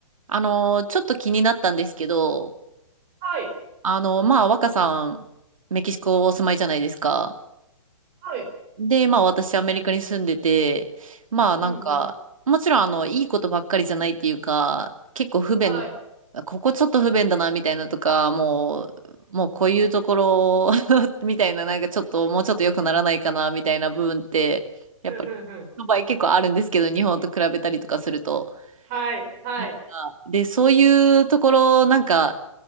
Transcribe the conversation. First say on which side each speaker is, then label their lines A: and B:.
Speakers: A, on the right; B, on the right.
A: あのー、ちょっと気になったんですけど、
B: はい。
A: あのー、まあ、若さん、メキシコお住まいじゃないですか。
B: はい。
A: で、まあ、私、アメリカに住んでて、まあ、なんか、
B: うんうん。
A: もちろん、あの、いいことばっかりじゃないっていうか、結構不便
B: はい。
A: な、ここちょっと不便だな、みたいなとか、もう、もうこういうところ <laughs> みたいな、なんかちょっと、もうちょっと良くならないかな、みたいな部分って、やっぱり、
B: うんうんうん。
A: の場合結構あるんですけど、日本と比べたりとかすると。
B: はい。はい。
A: なんかで、そういうところ、なんか、